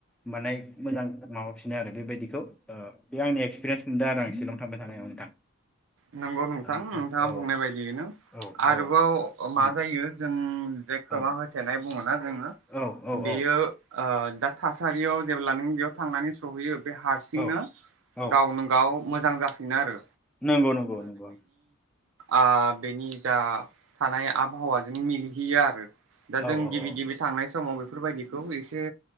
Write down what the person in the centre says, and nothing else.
माने मोजां माबाफिनो आरो बेबायदिखौ ओ बे आंनि एक्सपिरियेन्स मोनदों आरो आं शिलं थांबाय थानायाव नोंथां
ओमफ्राय औ
औ
औ
उम
औ
औ औ
औ
औ औ
नंगौ नंगौ नंगौ
औ
औ
औ